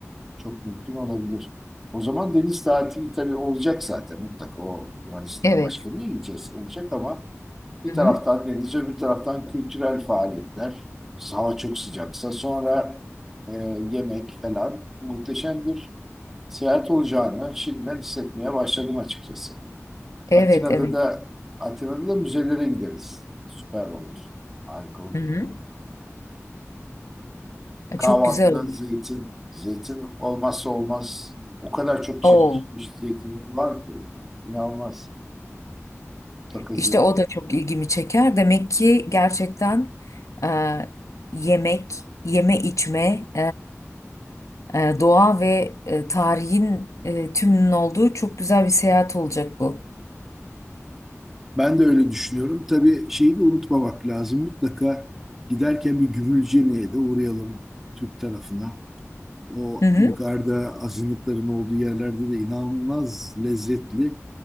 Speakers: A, in the centre; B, on the left.
A: çok mümkün olabilir. O zaman deniz tatili tabii olacak zaten mutlaka o Yunanistan'a
B: Evet.
A: başka bir yere gideceğiz olacak ama bir
B: hı hı
A: taraftan
B: evet hı hı
A: deniz öbür taraftan kültürel faaliyetler. Hava çok sıcaksa sonra e, yemek falan muhteşem bir seyahat olacağını şimdiden hissetmeye başladım açıkçası.
B: Evet,
A: Atina'da
B: evet.
A: da Atina'da da müzelere gideriz. Süper olur. Harika olur.
B: Hı-hı.
A: Kahvaltıda
B: Çok güzel olur.
A: zeytin. Zeytin olmazsa olmaz. O kadar çok çeşitli
B: Oo,
A: zeytinler var ki. İnanılmaz. Mutlaka
B: işte
A: zeytin.
B: o da çok ilgimi çeker. Demek ki gerçekten e, yemek, yeme içme. E, doğa ve e, tarihin e, tümünün olduğu çok güzel bir seyahat olacak bu.
A: Ben de öyle düşünüyorum. Tabii şeyi de unutmamak lazım. Mutlaka giderken bir Gümülcene'ye de uğrayalım Türk tarafına. O
B: Hı hı,
A: yukarıda azınlıkların olduğu yerlerde de inanılmaz lezzetli